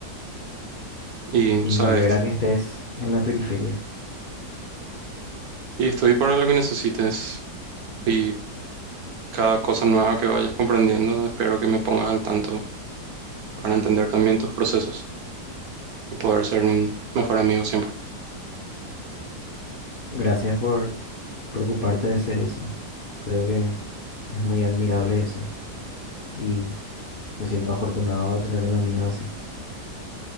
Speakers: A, on the right; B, on the left.
A: Y
B: y
A: sabes,
B: me alegra
A: que-
B: que estés en la periferia.
A: y estoy para lo que necesites. Y cada cosa nueva que vayas comprendiendo, espero que me pongas al tanto para entender también tus procesos y poder ser un mejor amigo siempre.
B: Gracias por preocuparte de ser eso. Creo que es muy admirable eso y me siento afortunado de tener un amigo así.